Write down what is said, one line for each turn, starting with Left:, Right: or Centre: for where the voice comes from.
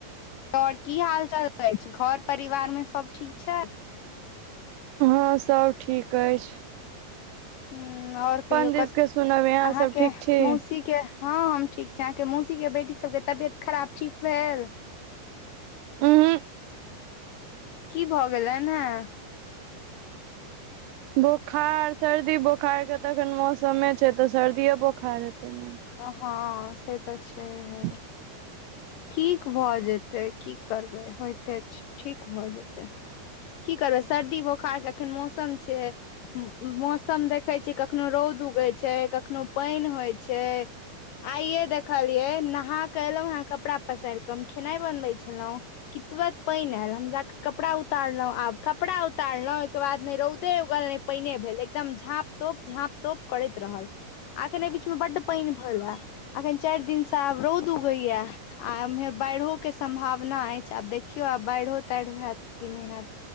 Left: और की हाल चाल अइछ घर परिवार मे सब ठीक छै
Right: हँ सब ठीक अएछ
Left: ह्म ओर कहियो
Right: दिस
Left: कत
Right: के सुनब अहाँ
Left: अहाँके
Right: सब ठीक छी
Left: मौसी के हँ हम ठीक छी अहाँके मौसी के बेटी सबके तबियत खराब ठीक भेल
Right: उहूँ
Left: की भऽ गेलनि है
Right: बोखार सर्दी बोखार के तऽ एखन मौसमे छै तऽ सर्दिय बोखार हेतै ने
Left: अ हँ से तऽ छै
Right: <unintelligible>
Left: हे ठीक भऽ जेतै की करबै होयते छै ठीक भऽ जेतै की करबै सर्दी बोखार के अखन मौसम छै मौसम देखै छियै कखनो रौद उगै छै कखनो पइन होए छै आइये देखलिये नहा क एलौ हें कपड़ा पसारि कऽ हम खेनाई बनबै छलौ कि तुरत पइन ऐल हम जाक कपड़ा उतारलौ आब कपड़ा उतारलौ ओहिके बाद ने रौदे उगल ने पइने भेल एकदम झाँप तोप झाँप तोप करैत रहल अखने बीच में बड्ड पइन भेलै अखन चारि दिन से आब रौद उगैया आ एम्हर बाइढ़ो के सम्भावना अएछ आब देखियौ आब बाढ़ियो ताढ़ि हेत कि नहि हेत